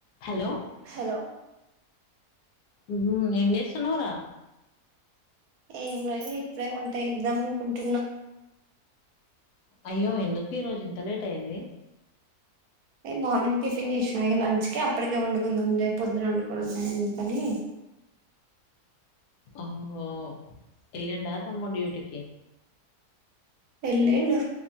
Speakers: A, on the left (about 85°); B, on the right (about 70°).
A: Hello
B: hello
A: మ్ ఏం చేస్తున్నవ్ రా
B: ఏంలేదు ఇప్పుడె వంట చేద్దాం అనుకుంటున్నా
A: అయ్యో ఎందుకు ఈరోజు ఇంత లేట్ అయ్యింది
B: ఏ మార్నింగ్ టిఫిన్ చేశిన లంచ్ కె అప్పటికే వండుకుందాం లే పొద్దున వండుకోడంఎందుకని
A: ఓహో ఎల్లిండా తమ్ముడ్డ్యూటికి
B: ఎల్లిండు